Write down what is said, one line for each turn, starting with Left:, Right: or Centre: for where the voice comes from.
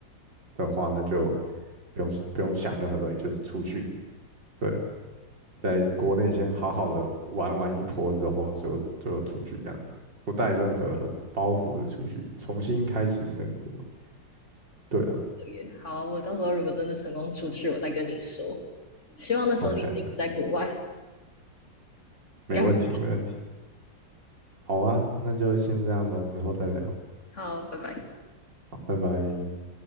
Right: 的话，那就不用不用想任何东西，就是出去。对，在国内先好好的玩完一波之后，就就出去这样子，不带任何包袱的出去，重新开始生活。对啊
Left: 也好，我到时候如果真的成功出去，我再跟你说。希望那时候你已经在国外，
Right: ，OK，没没问题，
Left: 应该会
Right: 没问题。好啊，那就先这样喽，之后再聊。
Left: 好，拜拜。
Right: 好，拜拜。